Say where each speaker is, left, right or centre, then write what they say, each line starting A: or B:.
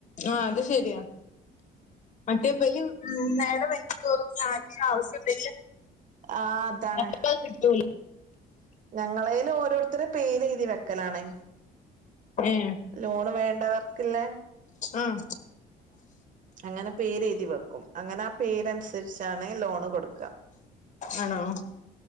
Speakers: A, on the left; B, on the right.
A: ആഹ്, അത് ശെരിയാ. മറ്റേ ബലി ഉം നേരം വൈകുന്തോറും നാടില് ആവശ്യമില്ല
B: ആ അതാണ്
A: അപ്പ കിട്ടു
B: ഞങ്ങളേല് ഓരോരുത്തരെ പേരെഴ്തി വെക്കലാണ്
A: ഏഹ്
B: ലോണ് വേണ്ടവർക്ക്ല്ലേ
A: ആഹ
B: അങ്ങനെ പേരെഴ്തി വെക്കും അങ്ങനെ ആ പേരന്സെരിച്ചാണ് ലോണ് കൊട്ക്ക
A: ആണോ